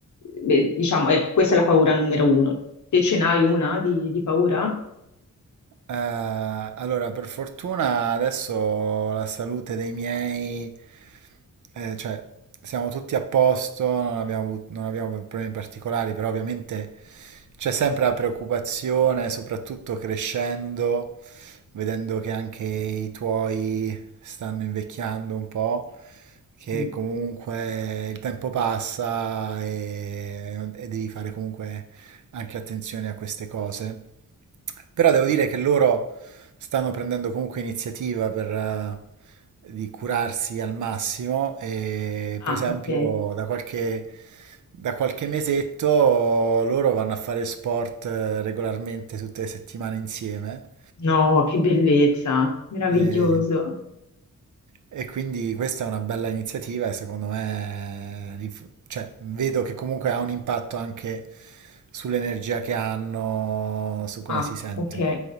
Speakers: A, on the left; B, on the right.
A: beh, diciamo, ecco, questa è la paura numero uno. Te ce n'hai una di, di paura?
B: Eh, allora, per fortuna adesso la salute dei miei, eh, cioè siamo tutti a posto, non abbiamo, avut- non abbiamo problemi particolari, però ovviamente c'è sempre la preoccupazione, soprattutto crescendo, vedendo che anche i tuoi stanno invecchiando un po', che
A: Mm.
B: comunque il tempo passa e, e devi fare comunque anche attenzione a queste cose. Però devo dire che loro stanno prendendo comunque iniziativa per, eh, di curarsi al massimo e
A: Ah,
B: per esempio
A: ok.
B: da qualche, da qualche mesetto loro vanno a fare sport eh, regolarmente tutte le settimane insieme.
A: No, che bellezza, meraviglioso.
B: E, e quindi questa è una bella iniziativa e secondo me li cioè, vedo che comunque ha un impatto anche sull'energia che hanno, su come
A: Ah,
B: si sentono.
A: ok,